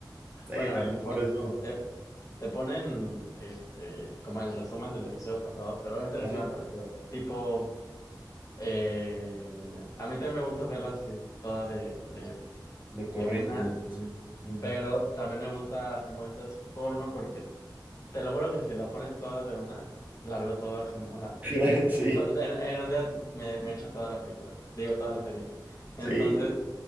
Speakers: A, on the right; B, on the left.
A: sí,
B: Bueno, a
A: también
B: ver, te, pon-
A: por eso.
B: te, te ponen este, como el resumen del episodio pasado, pero obviamente no
A: ¿Así?
B: es nada parecido. Tipo, eh, a mí también me gusta verla así toda de, de
A: de corrido,
B: de una,
A: ¿no? Sí. ujú.
B: pero también me gusta como esta forma porque te lo juro que si la ponen toda de una, la veo toda como, o sea,
A: <laughs> Sí,
B: to- en, en un día me, me echo toda la película, digo toda la serie. Entonces,
A: sí,